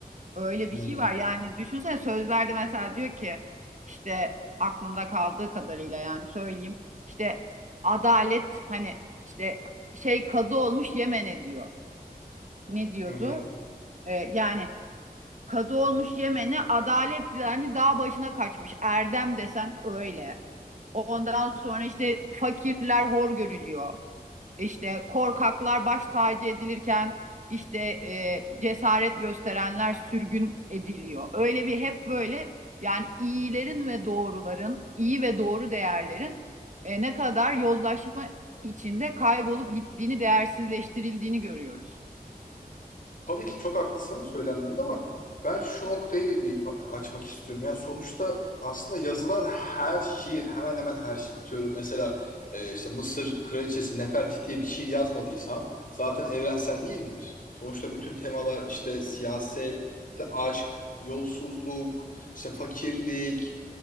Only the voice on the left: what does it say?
Hmm.
Hı hı.
Tabii ki çok haklısın söylemlerinde ama ben şu noktayı bir pa- açmak istiyorum. Yani sonuçta aslında yazılan her şiir, hemen hemen her şiir atıyorum. Mesela e, işte Mısır Kraliçesi Nefertiti'ye bir şiir yazmadıysan zaten evrensel değil midir? Sonuçta bütün temalar işte siyaset, işte aşk, yolsuzluk, işte fakirlik,